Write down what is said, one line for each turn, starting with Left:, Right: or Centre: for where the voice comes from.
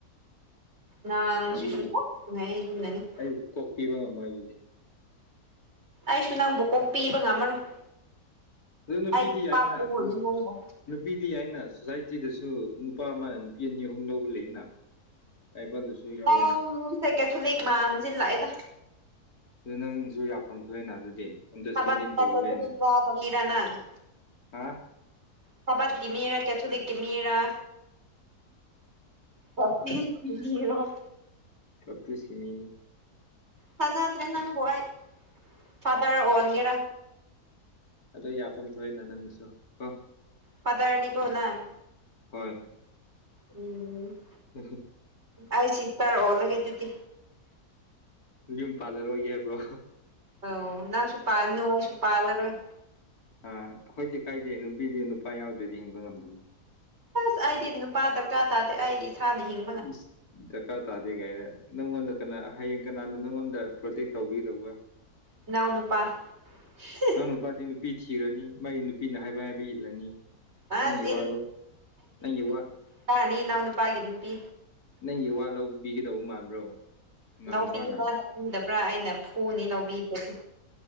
Right: ꯅꯪ
Left: ꯑꯗꯨꯗꯤ
Right: ꯁꯤꯁꯨ <unintelligible>
Left: ꯑꯩ ꯀꯣꯛꯄꯤꯕ ꯉꯝꯃꯣꯏ ꯑꯗꯨꯗꯤ
Right: ꯑꯩꯁꯨ ꯅꯪꯕꯨ ꯀꯣꯛ ꯄꯤꯕ ꯉꯝꯃꯔꯣꯏ
Left: ꯑꯗꯨ ꯅꯨꯄꯤꯗꯤ
Right: ꯑꯩ
Left: ꯌꯥꯏꯅ
Right: ꯄꯥꯞꯄꯨꯔꯅꯤ
Left: ꯅꯨꯞ
Right: ꯅꯪꯕꯨ
Left: ꯅꯨꯄꯤꯗꯤ ꯋꯥꯅ ꯁꯣꯁꯥꯏꯇꯤꯗꯁꯨ ꯅꯨꯄꯥ ꯑꯃꯅ ꯅꯨꯄꯤ ꯑꯅꯤ ꯑꯍꯨꯝ ꯂꯧꯕ ꯂꯩꯅ ꯑꯩꯉꯣꯡꯗꯁꯨ ꯌꯥꯎꯋꯤꯅ
Right: ꯅꯪꯁꯦ ꯀꯦꯊꯣꯂꯤꯛ ꯃꯥꯥꯟꯕꯁꯦ ꯂꯥꯛꯑꯦꯗ
Left: ꯑꯗꯨ ꯅꯪꯁꯨ ꯌꯥꯐꯝ ꯊꯣꯛꯑꯦꯅ ꯑꯗꯨꯗꯤ ꯑꯟꯗꯔꯁꯇꯦꯟꯗꯤꯡ
Right: ꯆ
Left: ꯇꯧꯕꯤꯕꯅꯤ
Right: ꯀꯔꯅ <inaudible>
Left: ꯍꯥ
Right: ꯊꯕꯛꯒꯤ ꯃꯤꯔꯥ ꯀꯦꯊꯣꯂꯤꯛ ꯀꯤꯃꯤꯔ <unintelligible>
Left: ꯀꯞꯗꯤꯁꯀꯤ ꯃꯤꯅꯤ
Right: ꯊꯥꯖꯗ꯭ꯔꯦ ꯅꯪꯕꯨ ꯑꯩ ꯐꯥꯗꯔ ꯑꯣꯟꯒꯦꯔ
Left: ꯑꯗꯨ ꯌꯥꯐꯝ ꯊꯣꯛꯑꯦꯅ ꯅꯪꯅꯁꯨ ꯀꯣ
Right: ꯐꯥꯗꯔꯅꯤ ꯀꯣ ꯅꯪ
Left: ꯍꯣꯏ
Right: ꯎꯝ
Left: <unintelligible>
Right: ꯑꯩ ꯆꯤꯠꯇꯔ ꯑꯣꯜꯂꯒꯦ ꯑꯗꯨꯗꯤ
Left: ꯌꯨꯝ ꯄꯥꯜꯂꯔꯣꯏꯒꯦ ꯍꯥꯏꯕ꯭ꯔꯣ
Right: ꯑꯣ ꯅꯪꯁꯨꯨ ꯄꯥꯟꯅꯨ ꯑꯩꯁꯨꯨ ꯄꯥꯜꯂꯔꯣꯏ
Left: ꯑꯥ ꯑꯩꯈꯣꯏꯗꯤ ꯀꯥꯏꯗꯦ ꯅꯨꯄꯤꯗꯤ ꯅꯨꯄꯥ ꯌꯥꯎꯗ꯭ꯔꯗꯤ ꯍꯤꯡꯕ ꯉꯝꯗꯕꯅꯤ
Right: ꯑꯁ ꯑꯩꯗꯤ ꯅꯨꯄꯥ ꯗꯔꯀꯥꯔ ꯇꯥꯗꯦ ꯑꯩ ꯏꯁꯥꯅ ꯍꯤꯡ
Left: <inaudible> ꯗꯔꯀꯥꯔ ꯇꯥꯗꯦ ꯀꯥꯏꯅ ꯅꯪꯉꯣꯟꯗ ꯀꯅꯥ ꯍꯌꯦꯡ ꯀꯅꯥꯅꯣ ꯅꯪꯉꯣꯟꯗ ꯄ꯭ꯔꯣꯇꯦꯛ ꯇꯧꯕꯤꯗꯧꯕ
Right: ꯏꯅꯥꯎ ꯅꯨꯄꯥ <unintelligible>
Left: ꯅꯪ ꯅꯨꯄꯥꯗꯤ ꯅꯨꯄꯤ ꯊꯤꯔꯅꯤ ꯃꯥꯒꯤ ꯅꯨꯄꯤꯅ ꯍꯥꯏꯕ ꯍꯥꯏꯕ ꯏꯜꯂꯅꯤ
Right: ꯑꯁ
Left: ꯅꯪꯒꯤ ꯋꯥꯗꫭ ꯅꯪꯒꯤ ꯋꯥ
Right: ꯇꯥꯅꯤ ꯏꯅꯥꯎ ꯅꯨꯄꯒꯤ ꯅꯨꯄꯤ
Left: ꯅꯪꯒꯤ ꯋꯥ ꯂꯧꯕꯤꯒꯗꯧꯕ ꯃꯥꯟꯕ꯭ꯔꯣ ꯅꯅꯥꯎ
Right: ꯂꯧꯕꯤꯕ꯭ꯔꯥ
Left: ꯅꯨꯄꯥꯅ
Right: ꯂꯧꯕꯤꯗꯕ꯭ꯔꯥ ꯑꯩꯅ ꯐꯨꯅꯤ ꯂꯧꯕꯤꯗꯗꯤ